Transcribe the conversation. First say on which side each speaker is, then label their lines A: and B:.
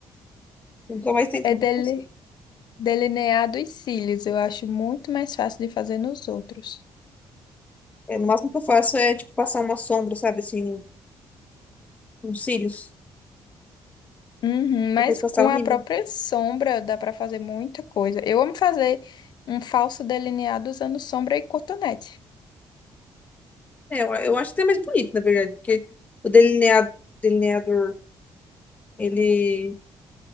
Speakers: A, on the left; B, on the left.
A: <laughs> Nunca mais tentei,
B: É
A: nunca
B: dele...
A: consigo.
B: delineado os cílios. Eu acho muito mais fácil de fazer nos outros.
A: É, o máximo que eu faço é, tipo, passar uma sombra, sabe, assim, nos cílios.
B: Uhum, mas
A: Depois passar
B: com
A: o rímel.
B: a própria sombra dá pra fazer muita coisa. Eu amo fazer um falso delineado usando sombra e cotonete.
A: É, eu, eu acho até mais bonito, na verdade, porque o delineado, delineador, ele.